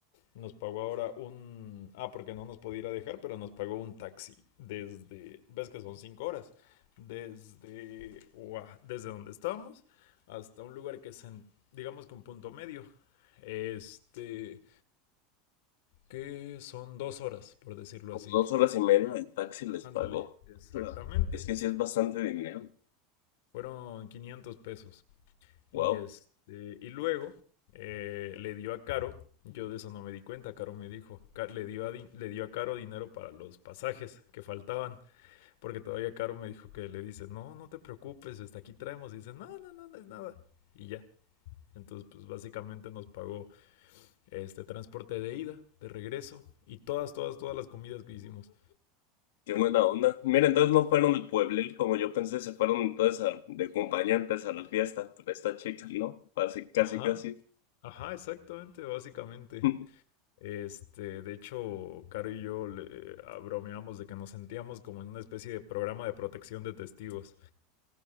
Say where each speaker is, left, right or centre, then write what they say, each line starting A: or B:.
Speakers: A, on the left; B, on the left.
A: Nos pagó ahora un... Ah, porque no nos podía ir a dejar, pero nos pagó un taxi desde... ¿Ves que son cinco horas? Desde... Ua, desde donde estábamos hasta un lugar que es, en, digamos que un punto medio. Este... Que son dos horas, por decirlo
B: Como
A: así.
B: dos horas y media el taxi les
A: Ándale.
B: pagó.
A: Exactamente.
B: Claro. Es que sí es bastante dinero.
A: Fueron 500 pesos.
B: Wow,
A: Y, este, y luego eh, le dio a Caro, yo de eso no me di cuenta, Caro me dijo, Ca- le dio, a Di- le dio a Caro dinero para los pasajes que faltaban, porque todavía Caro me dijo que le dice, no, no te preocupes, hasta aquí traemos, y dice, no, no, no, no es nada, y ya. Entonces, pues básicamente nos pagó este transporte de ida, de regreso, y todas, todas, todas las comidas que hicimos.
B: qué buena onda. Mira, entonces no fueron de pueblo como yo pensé, se fueron entonces a- de acompañantes a la fiesta por esta chica, ¿no? Así casi,
A: Ajá,
B: casi.
A: ajá, exactamente, básicamente.
B: <laughs>
A: Este, de hecho, Caro y yo le ah, bromeamos de que nos sentíamos como en una especie de programa de protección de testigos.